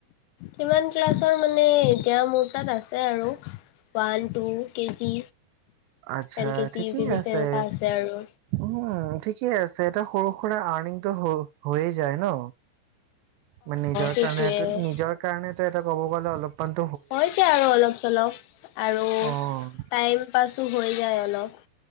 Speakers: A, on the left; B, on the right.
A: কিমান ক্লাছৰ মানে এতিয়া মোৰ তাত আছে আৰু ওৱান টু কেজি?
B: আচছা
A: এল কেজি
B: ঠিকেই
A: ইউ কেজি
B: আছে
A: তেনেকুৱা আৰু
B: উম ঠিকেই আছে এতি সৰু সুৰা আৰ্নিংটো হৈয়েই? যায় ন। মানে নিজৰ
A: সেইটোৱে
B: কাৰণেটো নিজৰ কাৰণেটো এটা ক'ব গ'লে অলপমান?
A: হৈ য আৰু অলপ চলপ আৰু
B: অ',
A: টাইম পাছো হৈ যায় অলপ।